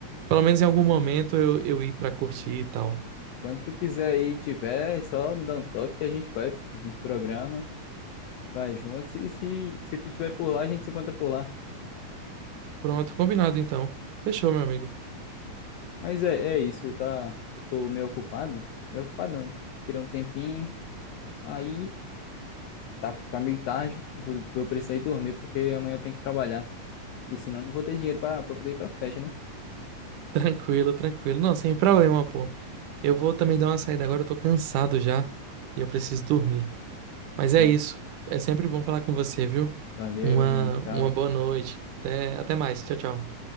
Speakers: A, on the right; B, on the left.
A: pelo menos em algum momento eu, eu ir pra curtir e tal.
B: Quando tu quiser ir e tiver, é só me dá um toque que a gente vai. A gente programa, vai junto. E se, se tu tiver por lá, a gente se encontra por lá.
A: Pronto, combinado então. Fechou, meu amigo.
B: Mas é, é isso, tá? Eu tô meio ocupado. Meio ocupadão. Tirei um tempinho. Aí tá, tá meio tarde. Vou, vou precisar ir dormir porque amanhã eu tenho que trabalhar. que senão eu não vou ter dinheiro pra, pra poder ir pras festas, né?
A: Tranquilo, tranquilo. Não, sem problema, pô. Eu vou também dar uma saída agora, eu tô cansado já e eu preciso dormir. Mas é
B: Va-
A: isso. É sempre bom falar com você, viu?
B: Valeu,
A: Uma,
B: meu mano. Tchau.
A: uma boa noite. Até, até mais. Tchau, tchau.